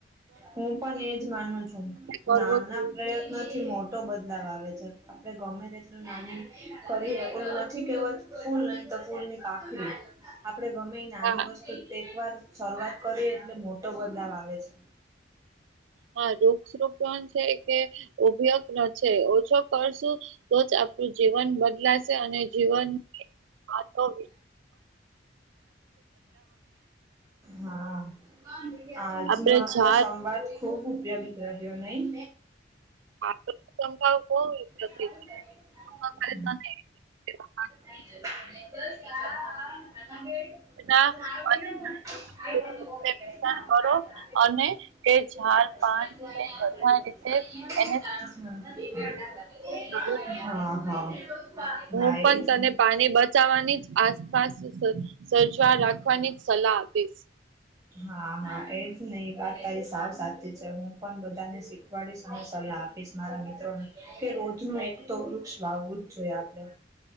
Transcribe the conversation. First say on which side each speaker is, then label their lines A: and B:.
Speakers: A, on the right; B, on the right.
A: હું પણ એજ માનું છું
B: કરવું
A: નાના
B: જોઈએ
A: પ્રયત્નોથી મોટ. મોટો બદલાવ આવે છે આપણે ગમે તેટલું નાની કરીએ એલું નથી કેવુંત. ફૂલ નહી તો ફૂલની પાખડી. આપડે ગમે એ નાની
B: હા
A: વસ્તુ એક વાર શરૂઆત કરીએ. મોટો બદલાવ આવે છે.
B: હા વૃક્ષોપણ છે કે ઉભયોગ છે ઓછો કરશું તો જ આપડું. જીવન બદલાશે અને જીવનતો.
A: હા આજનો
B: આપણે
A: આપલો
B: ઝાડ
A: સંવાદ. ખૂબ ઉપયોગી કર્યો નહી.
B: બહ.
A: હા. <inaudible> તો આવીને
B: ના અને
A: આવી
B: વૃક્ષને વિતરણ
A: બાજ.
B: કરો અને
A: <inaudible>
B: તે ઝાડ પાન
A: હ
B: છે બધા રીતે
A: હા
B: એને
A: હા
B: જરૂર
A: <inaudible>
B: છે.
A: ના,
B: હું
A: એ
B: પણ
A: જ
B: તને
A: ને.
B: પાણી બચાવવાની જ આસપાસ સર્જવા રાખવાની સલાહ આપીસ.
A: હા હા કઈ નઈ એ વાત તારી વાત સાચી છે હું પણ બધા ને શીખ. સલાહ આપીશમારા મિત્રોને. કે રોજ નુ એક તો વૃક્ષ વાવવું જ જોઈએ આપડે